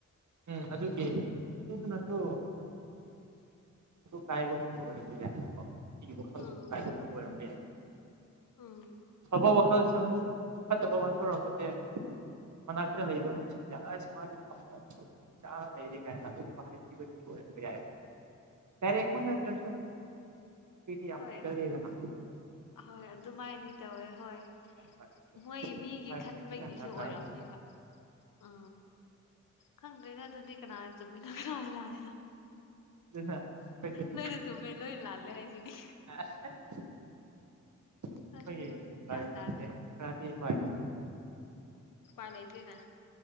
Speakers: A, on the right (about 65°); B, on the left (about 85°).
A: ꯎꯝ ꯑꯗꯨꯒꯤ ꯑꯗꯨꯗꯨꯅꯁꯨ ꯀꯥꯏꯕ ꯍꯥꯏ ꯑꯩꯒꯤ ꯋꯥꯈꯜꯁꯨ
B: ꯎꯝ
A: ꯀꯥꯏꯕꯄꯕ ꯑꯣꯏꯔꯝꯕ ꯌꯥꯏ
B: ꯎꯝ
A: ꯑꯐꯕ ꯋꯥꯈꯜꯁꯨ ꯑꯃꯨꯛ ꯐꯠꯇꯕ ꯑꯣꯟꯊꯣꯔꯛꯄꯅꯦꯦ ꯃꯅꯥꯛꯇ ꯂꯩꯕ ꯃꯤꯁꯤꯡꯁ ꯃꯥꯒꯤ ꯆꯥ ꯂꯩꯔꯦ ꯀꯥꯏꯅ ꯑꯗꯨ ꯍꯥꯏꯕꯒꯤ ꯌꯥ ꯇꯔꯃ
B: ꯎꯝ
A: ꯅꯠꯇ꯭ꯔꯁꯨ ꯌꯥꯝꯃ
B: ꯍꯣꯏ
A: ꯍꯦꯛꯒꯦꯜꯗꯤꯦꯗꯅ
B: ꯍꯣꯏ ꯑꯗꯨꯃꯥꯏꯗꯤ ꯇꯧꯋꯦ ꯍꯣꯏ
A: ꯍꯣꯏ ꯍꯣꯏ
B: ꯃꯣꯏ ꯃꯤꯒꯤ
A: ꯏꯟꯚꯥꯏꯔꯣꯟꯃꯦꯟꯁꯦ
B: ꯈꯟꯕꯒꯤꯁꯨ
A: ꯌꯥꯝ ꯗꯔꯀꯥꯔ
B: ꯑꯣꯏꯔꯝꯅꯦꯕ
A: ꯑꯣꯏ
B: ꯎꯥ ꯈꯪꯗꯅꯦ ꯑꯗꯨ ꯑꯗꯨꯗꯤ ꯀꯅꯥ ꯆꯨꯝꯃꯤ ꯅꯣꯏ ꯂꯥꯛꯂꯦ ꯂꯥꯜꯂꯦꯗ
A: ꯑꯗꯨꯅ ꯑꯩꯈꯣꯏꯁꯦ
B: ꯂꯣꯏꯅ ꯆꯨꯝꯃꯦ ꯂꯣꯏꯅ ꯂꯥꯜꯂꯦ ꯍꯥꯏꯁꯤꯅꯤ
A: ꯑꯩꯈꯣꯏꯒꯤ
B: ꯑꯩ
A: ꯏꯟꯚꯥꯏꯔꯣꯟꯃꯦꯟꯁꯦ
B: ꯒ꯭ꯌꯥꯟ ꯇꯥꯗ꯭ꯔꯦ
A: ꯈꯔꯗꯤꯤ ꯍꯣꯏ
B: ꯎꯄꯥꯏ ꯂꯩꯇꯦꯅ